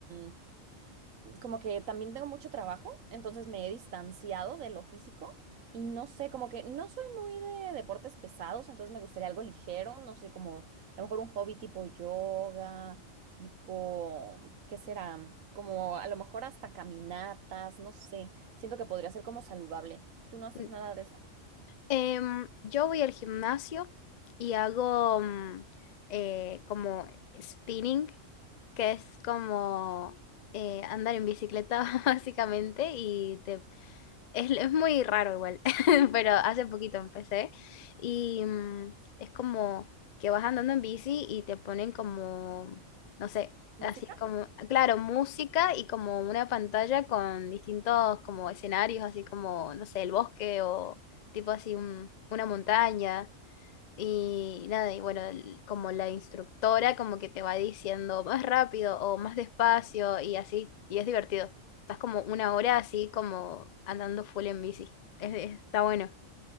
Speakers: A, on the right; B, on the left.
A: mm, como que también tengo mucho trabajo, entonces me he distanciado de lo físico y no sé, como que no soy muy de deportes pesados, entonces me gustaría algo ligero, no sé, como a lo mejor un hobby tipo yoga, tipo, ¿qué será? Como a lo mejor hasta caminatas, no sé. Siento que podría ser como saludable. ¿Tú no haces
B: N-
A: nada de eso?
B: em, yo voy al gimnasio y hago mm, eh, como spinning, que es como eh, andar en bicicleta <laughs> básicamente y te Es, es muy raro igual, <laughs> pero hace poquito empecé y mm, es como que vas andando en bici y te ponen como, no sé,
A: ¿Música?
B: así como, claro, música y como una pantalla con distintos como escenarios, así como, no sé, el bosque o tipo así un- una montaña y nada, y bueno, el- como la instructora como que te va diciendo más rápido o más despacio y así, y es divertido. Estás como una hora así como andando full en bici. Es- es- está bueno.